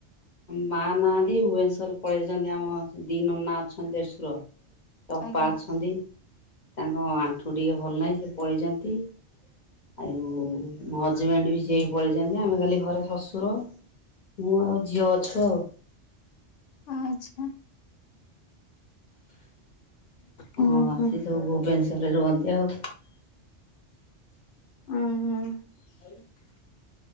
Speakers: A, on the left; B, on the left.
A: ମା ନାହାନ୍ତି ଭୁବନେଶ୍ଵର ପଳେଇଛନ୍ତି, ଆମ ଦିି ନନା ଅଛନ୍ତି ଦେଢଶୁର ସେ ଅପା
B: ଆଜ୍ଞା
A: ଅଛନ୍ତି ତାଙ୍କ ଆଣ୍ଠୁ ଟିକେ ଭଲ ନାହିଁ ସେ ପଳେଇଛନ୍ତି। ଆଉ ହଜବେଣ୍ଡ ବି ସିଏ ପଳେଇଛନ୍ତି, ଆମେ ଖାଲି ଘରେ ଶ୍ୱଶୁର ମୁଁ ଆଉ ଝିଅ ଅଛୁ ଆଉ
B: ଆଛା। ହୁଁ
A: ହଁ
B: ହୁଁ
A: ସେ ସବୁ ଭୁବନେଶ୍ୱ <unintelligible> ରୁହନ୍ତି ଆଉ।
B: ହଁ ଅଁ